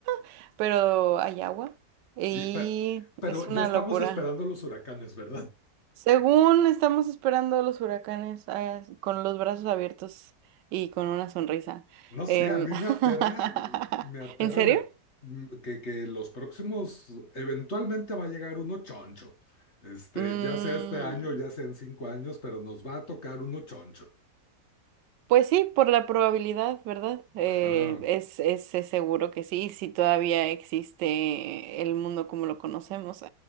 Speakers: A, on the right; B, on the left.
A: <laughs> pero hay agua y
B: Y pe- pero
A: es una
B: ya estamos
A: locura.
B: esperando los huracanes, ¿verdad?
A: Según estamos esperando los huracanes ah, con los brazos abiertos y con una sonrisa.
B: No
A: Em,
B: sé, a mí
A: <laughs>
B: me aterra, me aterra
A: ¿En serio?
B: me at- mm, que, que los próximos, eventualmente va a llegar uno choncho. Este,
A: Mm,
B: ya sea este año, ya sea en cinco años, pero nos va a tocar uno choncho.
A: Pues sí, por la probabilidad, ¿verdad? Eh,
B: Ajá,
A: es, es, es seguro que sí, si todavía existe el mundo como lo conocemos.